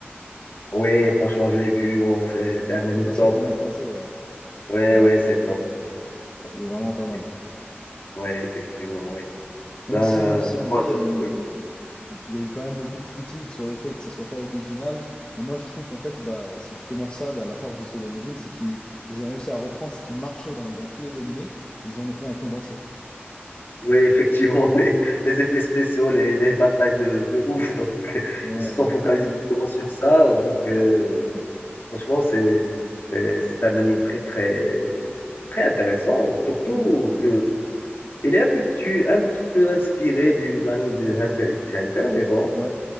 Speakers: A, on the left; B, on the left.
A: Oui, franchement, je l'ai vu. Oh, c'est, c'est un anime
B: Je sais pas
A: top.
B: ce que t'en as pensé, ouais.
A: Oui,
B: Ouais,
A: oui, c'est
B: non, franchement,
A: top.
B: il est,
A: C'est un anime top,
B: il est vraiment pas
A: Oui,
B: mal.
A: Ouais, effectivement, oui. Ben,
B: Même si, même si en
A: quoi
B: vrai,
A: d'autre?
B: il y a eu,
A: Oui.
B: il y a eu- il y a eu quand même beaucoup de critiques sur le fait que ça soit pas original. Mais moi, je trouve qu'en fait, bah, c'est justement ça, la, la force de Solo Leveling, c'est qu'ils ils ont réussi à reprendre ce qui marchait dans, dans tous les animés, ils en ont fait un condensé.
A: Oui, effectivement, <laughs> oui. Les effets spéciaux, les, les batailles de, de ouf. Donc, <laughs>
B: Ouais,
A: ils se sont
B: exactement.
A: focalisés plus ou moins sur ça. Donc, euh,
B: Mm,
A: Franchement, c'est euh, c'est un anime très, très, très intéressant. Surtout
B: mm.
A: que il est un peu, petit- un petit peu inspiré du- de l'anime de Hunter x Hunter, mais bon.
B: Ouais,